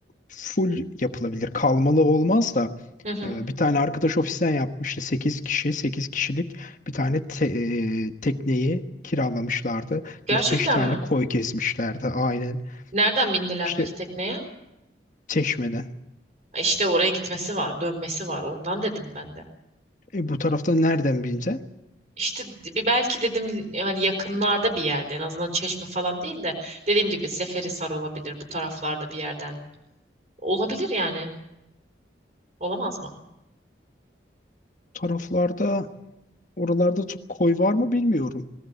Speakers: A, on the left (about 45°); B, on the right (about 40°).
A: full yapılabilir. Kalmalı olmaz da
B: Hı hı.
A: e, bir tane arkadaş ofisten yapmıştı. 8 kişi, 8 kişilik bir tane te- e, tekneyi kiralamışlardı.
B: Gerçekten
A: Dört beş tane
B: mi?
A: koy kesmişlerdi aynen.
B: Nereden bindiler
A: İşte
B: peki tekneye?
A: Çeşme'den.
B: E İşte oraya gitmesi var, dönmesi var. Ondan dedim ben de.
A: E, bu tarafta nereden bilince?
B: İşte bir belki dedim hani yakınlarda bir yerde en azından Çeşme falan değil de dediğim gibi Seferihisar olabilir bu taraflarda bir yerden. Olabilir yani. Olamaz mı?
A: Taraflarda, oralarda çok koy var mı bilmiyorum.